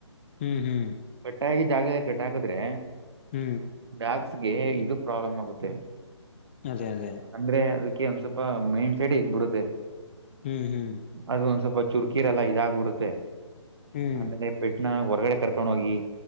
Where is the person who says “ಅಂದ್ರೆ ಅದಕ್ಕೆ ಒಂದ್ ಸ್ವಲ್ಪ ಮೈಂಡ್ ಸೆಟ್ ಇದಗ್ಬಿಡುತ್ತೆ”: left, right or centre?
Right